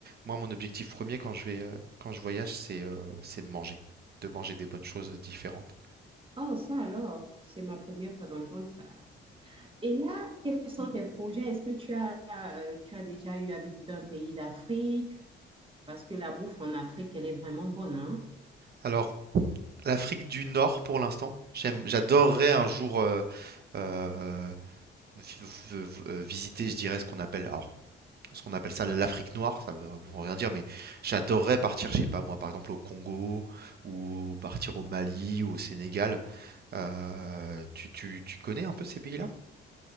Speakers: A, on the right; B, on the right.
A: moi mon objectif premier quand je vais euh, quand je voyage, c'est euh, c'est de manger, de manger des bonnes choses différentes.
B: oh, ça alors, c'est ma première fois d'entendre ça. Et là, quels sont tes projets? Est-ce que tu as, euh, tu as déjà eu à visiter un pays d'Afrique? Parce que la bouffe en Afrique, elle est vraiment bonne, hein?
A: Alors l'Afrique du Nord pour l'instant, j'aime, j'adorerais un jour euh, euh, vi- v- v- euh, visiter, je dirais ce qu'on appelle, alors ce qu'on appelle ça l'Afrique noire, ça veut veut rien dire, mais j'adorerais partir, je sais pas moi, par exemple au Congo ou partir au Mali ou au Sénégal. Euh, tu, tu, tu connais un peu ces pays-là?